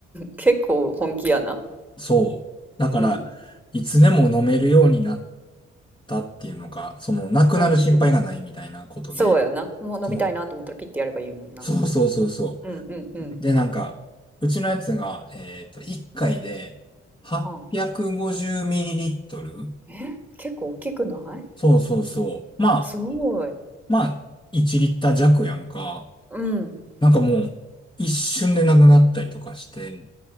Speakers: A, in the centre; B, on the left.
A: 結構本気やな。
B: そう。だから、
A: うん。
B: いつでも飲めるようになったっていうのか、その、なくなる心配がないみたいなことで、
A: うんうん。そうやな。もう飲みたいなと思ったらピッてやればいいもんな。
B: そう。そうそうそうそ
A: うんうんうん。
B: う。で、なんか、うちのやつが、えっと、1回で 850ml?
A: はあ。え、結構大きくない？
B: そうそうそう。まあ、
A: すごい。
B: まあ、1リッター弱やんか。
A: うん。
B: なんかもう、一瞬でなくなったりとかして、